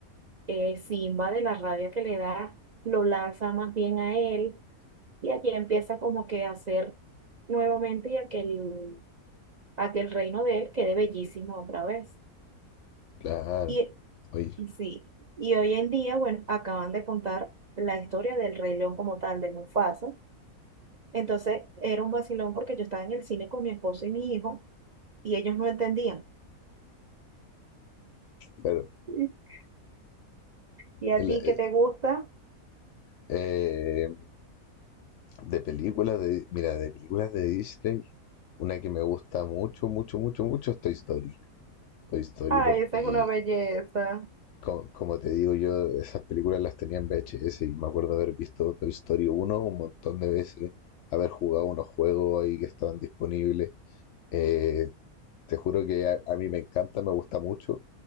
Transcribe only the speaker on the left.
claro.
Oye,
claro.
El,
Eh, de películas de, mira, de películas de Disney, una que me gusta mucho, mucho, mucho, mucho es Toy Story. Toy Story
porque,
co- como, te digo yo, esas películas las tenía en VHS y me acuerdo haber visto Toy Story uno un montón de veces, haber jugado unos juegos ahí que estaban disponibles. Eh, te juro que a, a mí me encanta, me gusta mucho,